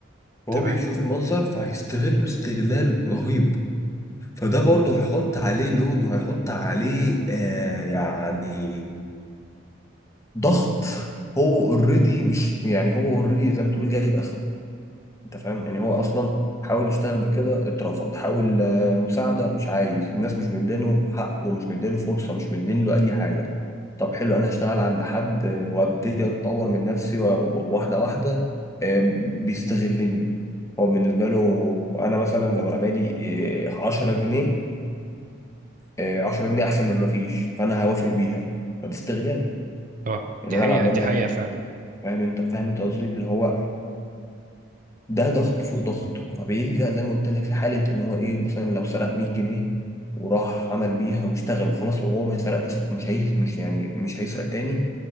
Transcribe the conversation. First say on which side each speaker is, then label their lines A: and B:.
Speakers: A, on the left; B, on the right.
A: وهو
B: تمام
A: بيشوف المنظر فهيستغله استغلال رهيب فده برضه هيحط عليه لود وهيحط عليه آه يعني ضغط هو اوريدي مش يعني هو اوريدي زي ما تقول جايب اخره انت فاهم يعني هو اصلا حاول يشتغل بكده اترفض حاول آه مساعدة مش عايز الناس مش مدينه حق ومش مدينه فرصة مش مدين له اي حاجة طب حلو انا هشتغل عند حد آه، وابتدي اتطور من نفسي و- و- واحدة واحدة آه بيستغلني هو بالنسبة له أنا مثلا لو رمالي آه، عشرة جنيه آه، 10 جنيه احسن من ما فيش فانا هوافق بيها فده استغلال
B: اه دي
A: ان انا
B: حقيقه
A: بعمل
B: دي
A: لك
B: حقيقه فعلا
A: فاهم انت فاهم انت قصدي اللي هو ده ضغط فوق ضغط فبيلجأ زي ما قلت لك لحالة ان هو ايه مثلا لو سرق 100 جنيه وراح عمل بيها واشتغل وخلاص وهو ما سرقش مش هي مش يعني مش هيسرق تاني